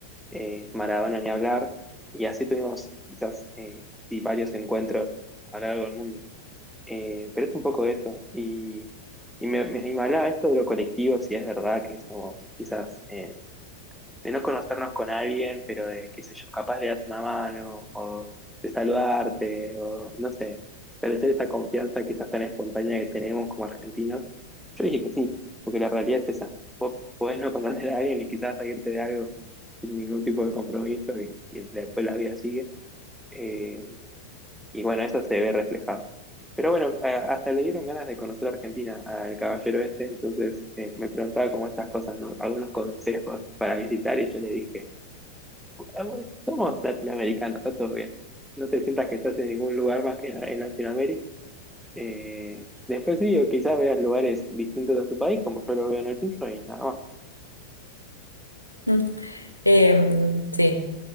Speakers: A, in the centre; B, on the left (about 80°).
A: eh, Maradona ni hablar, y así tuvimos quizás eh, así varios encuentros a lo largo del mundo. Eh, pero es un poco esto, y, y me, me, y me hablaba esto de lo colectivo, si es verdad que somos quizás eh, de no conocernos con alguien, pero de, qué sé yo, capaz le das una mano o de saludarte o no sé, establecer esa confianza quizás tan espontánea que tenemos como argentinos. Yo dije que sí, porque la realidad es esa. Vos podés no conocer a alguien y quizás reírte de algo sin ningún tipo de compromiso y, y después la vida sigue. Eh, y bueno, eso se ve reflejado. Pero bueno, a- hasta le dieron ganas de conocer a Argentina al caballero este, entonces eh, me preguntaba como estas cosas, ¿no? Algunos consejos para visitar y yo le dije, Igual Somos latinoamericanos, está todo bien. No te sientas que estás en ningún lugar más que en Latinoamérica. Eh, después sí, o quizás veas lugares distintos a tu país, como yo lo veo en el tuyo, y nada más.
B: Mm. Eh, sí.